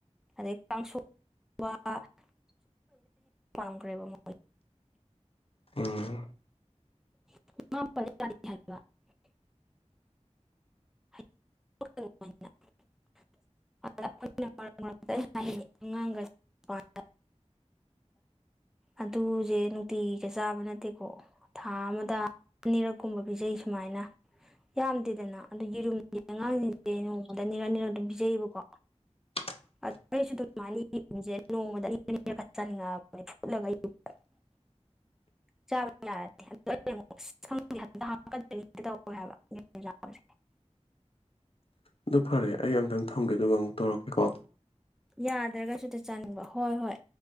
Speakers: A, in the centre; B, on the left.
A: ꯑꯗꯩ ꯀꯥꯡꯁꯣꯏ <unintelligible> ꯄꯥꯝꯒ꯭ꯔꯦꯕ ꯃꯣꯏ
B: ꯎꯝ
A: <unintelligible> <unintelligible> <unintelligible> ꯃꯔꯩꯛ ꯃꯔꯛꯇ ꯑꯉꯥꯡꯒ <unintelligible> ꯑꯗꯨꯖꯦ ꯅꯨꯡꯇꯤꯒꯤꯒ ꯆꯥꯕ ꯅꯠꯇꯦꯀꯣ ꯊꯥ ꯑꯃꯗ ꯑꯅꯤꯔꯛ ꯀꯨꯝꯕ ꯄꯤꯖꯩ ꯁꯨꯃꯥꯏꯅ ꯌꯥꯝꯗꯦꯗꯅ ꯑꯗꯨ ꯌꯦꯔꯨꯝꯁꯦ ꯑꯉꯥꯡꯁꯤꯡꯁꯦ ꯅꯣꯡꯃꯗ ꯑꯅꯤꯔꯛ ꯅꯤꯔꯛ ꯑꯗꯨꯝ ꯄꯤꯖꯩꯌꯦꯕꯀꯣ
B: <unintelligible>
A: <unintelligible> ꯐꯨꯠꯂꯒ <unintelligible>
B: <inaudible>
A: ꯆꯥꯕ <unintelligible> <unintelligible>
B: ꯑꯗꯨ ꯐꯔꯦ ꯑꯩ ꯑꯝꯇꯪ ꯊꯝꯒꯦ ꯑꯗꯨꯒ ꯑꯃꯨꯛ ꯇꯧꯔꯛꯀꯦꯀꯣ
A: ꯌꯥꯗ꯭ꯔꯒꯁꯨ ꯍꯦꯛꯇ ꯆꯥꯅꯤꯡꯕ ꯍꯣꯏ ꯍꯣꯏ